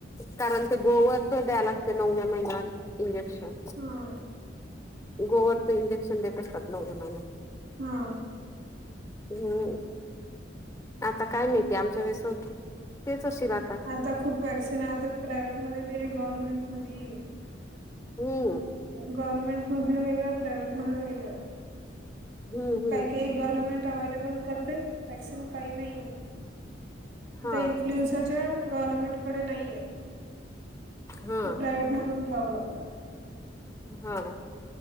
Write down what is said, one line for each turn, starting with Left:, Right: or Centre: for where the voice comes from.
Left: कारण ते गोवरच दया लाग ते नवव्या महिन्यात इंजेक्शन.
Right: हा.
Left: गोवरचं इंजेक्शन देत असतात नवव्या महिन्यात.
Right: हा.
Left: हम्म. आता काय माहितीय आमच्या वेळेस होत तेच अशेल आता.
Right: आता खूप वॅक्सिन आहे आता प्रायव्हेटमध्ये बी आहे गव्हर्नमेंटमध्ये ई आहे.
Left: हम्म.
Right: गव्हर्मेंट मधले वेगळं प्रायव्हेट मधले वेगळं.
Left: हम्म हम्म
Right: काही काही गव्हर्मेंट अवलेबल करते वॅक्सिन काही नाही.
Left: हा
Right: आता इन्फ्लुएन्साच्या गव्हर्मेंटकडे नाहीय आहेत.
Left: हा
Right: तो प्रायव्हेट मधून घ्यावं लागता.
Left: हा.